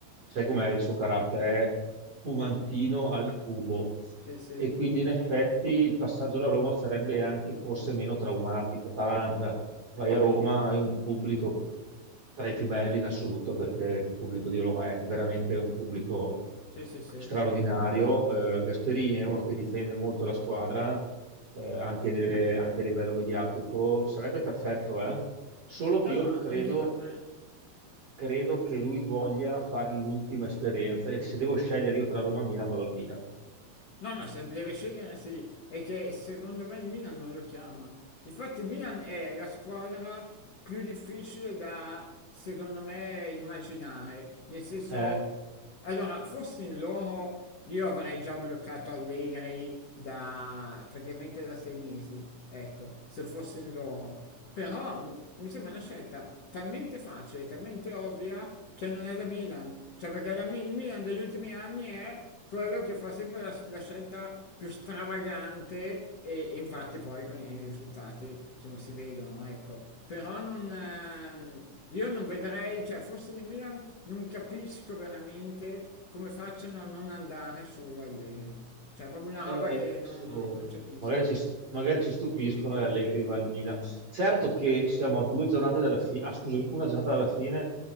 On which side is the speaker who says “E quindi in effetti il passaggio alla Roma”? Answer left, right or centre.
Right